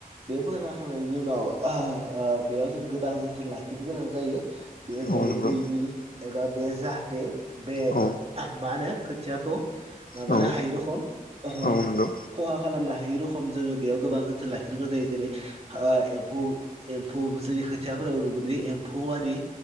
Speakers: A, on the right (about 40°); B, on the left (about 75°).
A: बे फोना होखांनायनि उनाव ओ बेयाव जों गोबां जोथोन लाखिनो गोनां जायो बे जेरै
B: औ नंगौ
A: दैनि एबा बे जाहाथे बे
B: औ
A: मा होनो खोथियाखौ माबानो
B: औ
A: हायै रखम ओ
B: औ नंगौ
A: खहा खालामनो हायै रखम जोङो बेयाव गोबां जोथोन लाखिनो गोनां जायो जेरै ओ एमफौ एम्फौ जोंनि खोथियाफोर नुनो मोनोदि एम्फौ आरि